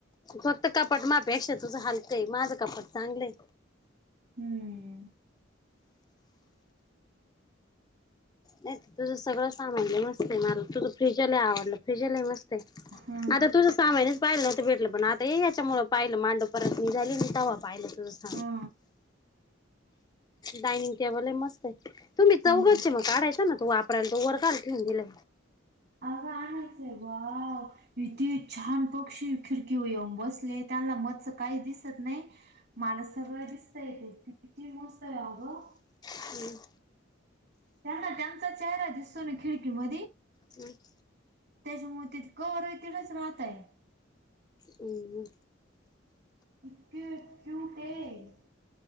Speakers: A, on the left (about 20°); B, on the right (about 55°).
A: फक्त कपाट माफे अक्ष तुझं हलकं आहे माझं कपाट चांगलंय
B: हम्म
A: नाही तुझं सगळं सामान मस्त आहे मला तुझं फ्रिजला आवडलं फ्र्रीजल मस्त
B: हा
A: आता तुझ सामाननेच पाहिलं नवतं भेटलं पण आता याच्यामुळेळ पाहिलं मांडो परत म झाली तव्हा पाहिलंच
B: हा
A: डायनिंग टेबल आहे मस्त आहे तुम्ही
B: हम्म
A: चौघचे मग काढायचा ना तू वापरायला तो वर काल ठेन दिला
B: अ कामच आहे ब इती छान पक्षी खिडकी येऊन बसले त्यांना मत्स काही दिसत नाही मला सगळं दिसत येते किती मस्त आहे गं
A: हम्म
B: त्यांना त्यांचा चेहरा दिसतो ना खिडकी म
A: हम् <unintelligible>
B: त्याच्यामुळे तिथे कर आहे तिथंच राहतय
A: हम
B: इिकटुते <unintelligible>